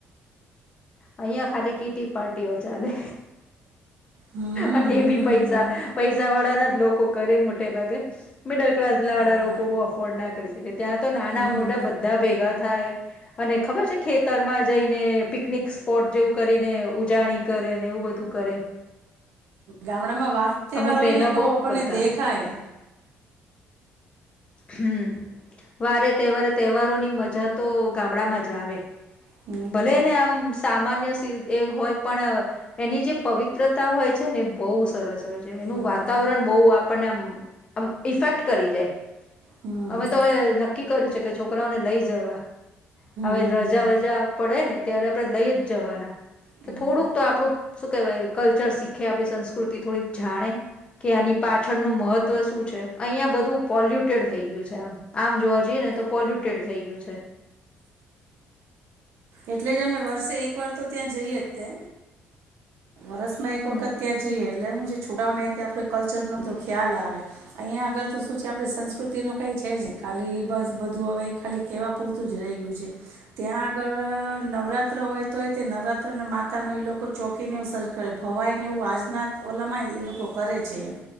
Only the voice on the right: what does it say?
હમ
હમ
હમ
હા
હમ
ગામડામાં વાર તહેવાર
હોય
ને એવો
આપણને
દેખાય.
હમ
હમ
હમ
હમ
હમ
હમ
હમ
એટલે જ અમે વર્ષે એક વાર તો ત્યાં જઈએ જ તે. વરષમાં એક
વખત ત્યાં જઈએ એટલે હું જે છૂકરા ઓને તે આપડો કલ્ચરનો બધો ખ્યાલ આવે અહીંયા આગળ તો શું છે આપણી સંસ્કૃતિનું કાંઈ છે જહી ખાલી બસ બધું હવે ખાલી કહેવા પૂરતું જ રહી ગયું છે ત્યાં આગળ નવરાત્ર હોય તો એ તે નવરાત્રને માતા ન એ લોકો ચોકીને એવું સર્જ કરે ભવાય ને એવું આજના ઓલા માં એ લોકો કરે છે એમ